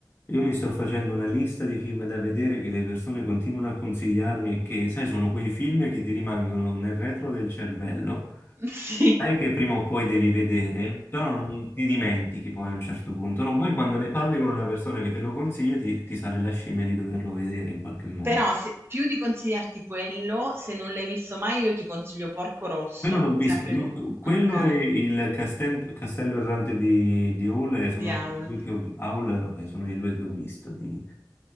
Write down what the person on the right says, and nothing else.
<laughs> Sì.
Però se- più di consigliarti quello, se non l'hai visto mai, io ti consiglio Porco Rosso,
sempre
di...
Ok,
di
Howl.